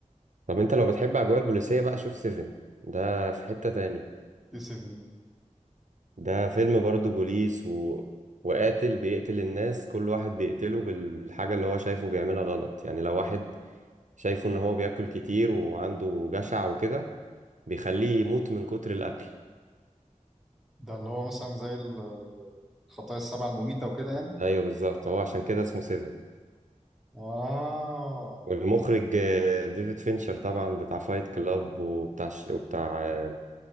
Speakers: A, on the right (about 70°); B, in the centre.
A: طب انت لو بتحب اجواء البوليسية بقى شوف سيفن ده في حتة تاني
B: دي 7 ده
A: ده فيلم برضه بوليس و... وقاتل بيقتل الناس كل واحد بيقتله بال- بالحاجة اللي هو شايفه بيعملها غلط يعني لو واحد شايفه ان هو بياكل كتير وعنده جشع وكده بيخليه يموت من كتر الأكل
B: ده اللي هو مثلا زي ال- ال- الخطايا السبعه المميته وكده يعني
A: ايوه بالظبط هو عشان كده اسمه سيفن
B: آه
A: والمخرج آه، ديفيد فينشر طبعا بتاع فايت كلاب وبتاع ش... وبتاع آه،